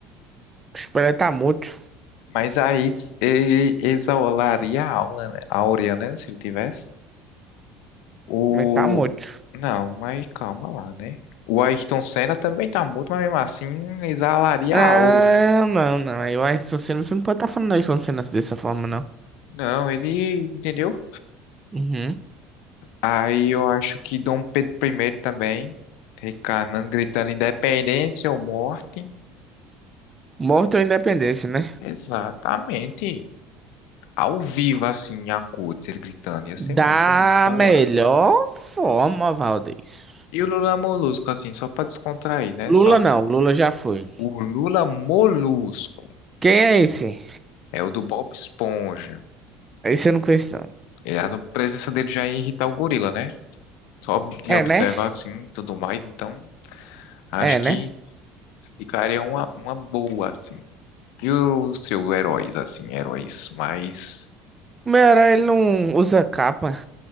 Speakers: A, on the right; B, on the left.
A: Espera, tá morto?
B: Mas aí s- ele exalaria a aula, né? A áurea, né? Se ele tivesse. O...
A: Mas tá morto?
B: Não, mas calma lá, né? O Ayrton Senna também tá morto, mas mesmo assim exalaria
A: Não,
B: a áurea.
A: não, não. Eu acho que você não você não pode estar falando isso quando você nasce dessa forma, não.
B: Não, ele... Entendeu?
A: Uhum.
B: Aí eu acho que Dom Pedro primeiro também. Recanando, gritando independência ou morte.
A: Morto ou independência, né?
B: Exatamente. Ao vivo, assim, a acordes, ele gritando. Ia ser
A: Da
B: muito, muito da
A: melhor
B: hora.
A: forma, Valdez.
B: E o Lula Molusco, assim, só pra descontrair, né?
A: Lula
B: Sobe.
A: não, Lula já foi.
B: O Lula Molusco
A: Quem é esse?
B: é o do Bob Esponja.
A: Esse eu não conheço, não.
B: E a presença dele já ia irritar o gorila, né? Só de
A: É,
B: observar
A: né?
B: assim, tudo mais. Então, acho
A: É,
B: que
A: né?
B: ficaria uma, uma boa, assim. E os seus heróis, assim, heróis mais...
A: meu herói, ele não usa capa,